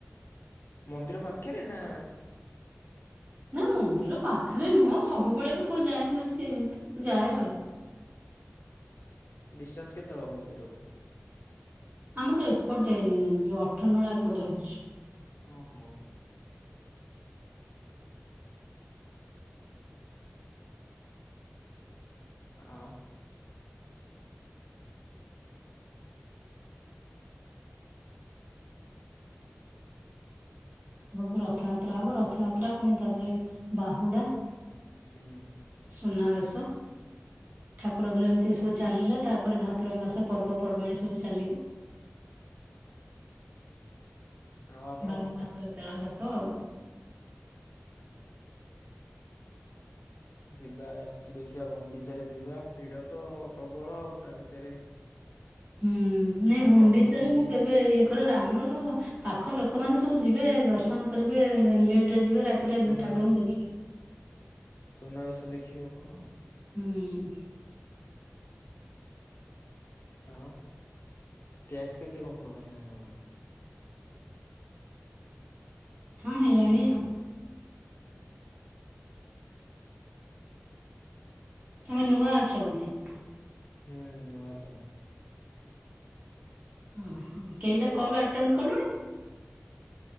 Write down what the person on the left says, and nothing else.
ମନ୍ଦିର ପାଖେରେ ନା
ଉଁ
ଡିଷ୍ଟାନ୍ସ କେତେ ହବ ମନ୍ଦିର
ଓଃ ଆ ଆଉ
ହଁ
ଆଉ ଆପଣ
ଯିବାରେ ଅଛି ଦେଖିବା ଗୁଣ୍ଡିଚାରେ ଯିବା ଭିଡ଼ ତ ପ୍ରବଳ ତା ଭିତରେ
ଠାକୁରଙ୍କୁ
ଦର୍ଶନ କରିବା
ସୁନାବେଶ
ସୁନାବେଶ ଦେଖିବେ ଆପଣ
ଆଉ ଟ୍ୟାକ୍ସ କେତେ କଣ ପୁରଣ ହେଲାଣି ଆପଣଙ୍କର
ହଁ
ହୁଁ ନୂଆ ଯୋଇନିଂ